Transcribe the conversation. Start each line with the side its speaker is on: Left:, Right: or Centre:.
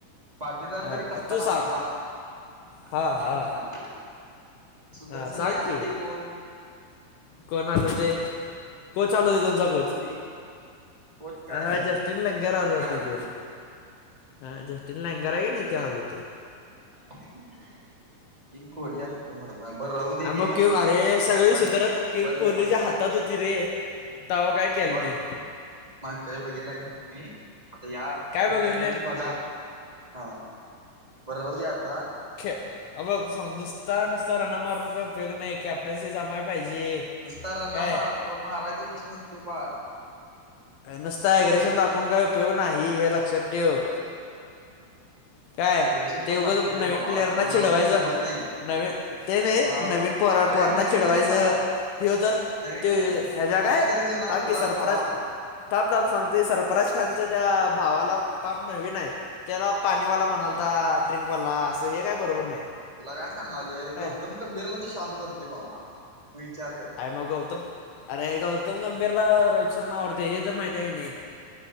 Right: पाटीदार
Left: आणि
Right: जरी कप्तान
Left: तू सांग
Right: असला थांब
Left: हा हा
Right: कि थांब सूत्र
Left: हा सांग
Right: सगळे हलवतंय
Left: की
Right: कोण?
Left: कोण हलवताय कोच चालवतो तुमचा
Right: किंग
Left: कोच
Right: कोहली कोच काय
Left: आ
Right: नाही
Left: हा जस्टिन लंगर
Right: कोच
Left: हलवतोय
Right: काय हलवते
Left: त्यो ह जस्टीन लंगर आहेे की नाही त्या हलवतोय
Right: <unintelligible> बरं राहू दे
Left: हा
Right: घे
Left: मग कि अरे सगळी
Right: उगाच
Left: सूत्र किंग
Right: उगाच
Left: कोहलीच्या
Right: हे करू नकोस
Left: हातात होती रे तवा काय केल
Right: हे बघ
Left: नही.
Right: मागच्या वेळेला बघितलं का तुम्ही आता या
Left: काय
Right: पुढच्या
Left: बघितले
Right: वेळी पण बघा, हां बरं राहू द्या आज.
Left: ख्य, अब ग समजूस्तर सरांना मारून काय उपयोग नाही कॅप्टनशी जमा पाहिजे.
Right: नुसतां रना
Left: काय
Right: मार-मारायचा विषय नसतोय बाळ.
Left: नुसतं एग्रेशन
Right: हा
Left: दाखवून काय उपयोग नाही, हे लक्षात ठेव. काय
Right: अग्रेशन
Left: ते
Right: पण
Left: उगाच
Right: लागतय
Left: नवीन
Right: रे भावा,
Left: प्लेअरना
Right: ते कुणाला
Left: चिडवायचं
Right: पण जमत नाही.
Left: नवीन ते नाही,
Right: कुणाला
Left: नवीन
Right: पण
Left: पोर-पोरणा
Right: अरे नवीन
Left: चिडवायचं
Right: नाही बाळ
Left: ह्यो जर
Right: नवीन
Left: त्यो ह्य-ह्याज्या
Right: नाही
Left: काय,
Right: कितीतरी जुना
Left: थांब
Right: असला
Left: की सरप्राईज
Right: भावा
Left: थांब थांब सांगतो सरप्राईज खालच्या त्या, भावाला पाम नवीन नवीन हाय. त्याला पाणीवाला म्हणालता,
Right: हा
Left: ड्रिंकवाला असं हे काय बरोबर नाही.
Right: तुला काय सांगालोय
Left: काय
Right: गौतम गंभीरला ते शांत करतोय भावा मग विचार कर.
Left: काय मग गौतम, अरे गौतम गंभीरला रोहित शर्मा आवडतोय हे तर माहितेय काय नाही.